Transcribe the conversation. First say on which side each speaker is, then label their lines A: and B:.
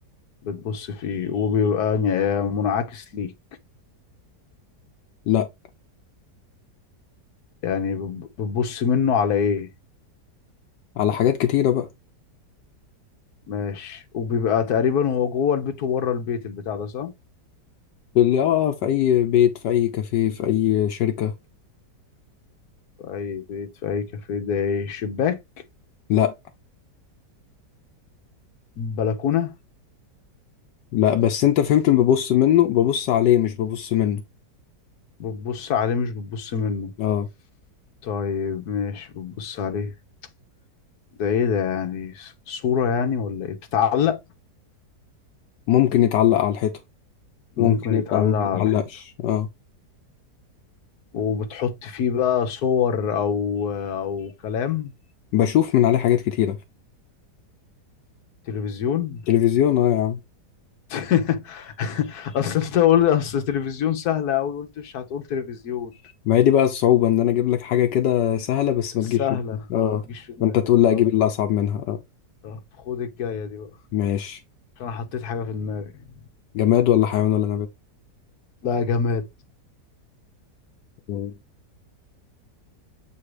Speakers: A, on the left (about 65°); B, on the left (about 80°).
A: بتبص فيه وبيبقى يعني منعكس ليك
B: لا
A: يعني بتب- بتبص منه على ايه
B: على حاجات كتيرة بقى
A: ماشي وبيبقى تقريبا هو جوه البيت وبره البيت البتاع ده صح
B: في اللي اه في اي بيت في اي كافيه في اي شركة
A: في اي بيت في اي كافيه ده إيه؟ شباك
B: لا
A: بلكونة
B: لا بس انت فهمت اللي ببص منه ببص عليه مش ببص منه
A: بتبص عليه مش بتبص منه
B: اه
A: طيب ماشي بتبص عليه ده ايه ده يعني صورة يعني ولا ايه بتتعلق
B: ممكن يتعلق على الحيطة
A: ممكن
B: ممكن يبقى
A: يتعلق
B: ما يتعلقش
A: على الحيطة
B: اه
A: وبتحط فيه بقى صور او او كلام
B: بشوف من عليه حاجات كتيرة
A: تلفزيون
B: تلفزيون اه يا عم
A: <laughs> اصل انت قول اصل تلفزيون سهلة اوي قلت مش هتقول تلفزيون
B: ما هي دي بقى الصعوبة ان انا اجيب لك حاجة كده سهلة بس ما
A: سهلة
B: تجيش في بالك. اه
A: ما تجيش في دماغي
B: فانت تقول لا اجيب
A: طب
B: اللي اصعب منها اه
A: طب خد الجاية دي بقى
B: ماشي
A: عشان انا حطيت حاجة في دماغي
B: جماد ولا حيوان ولا
A: لا جماد
B: نبات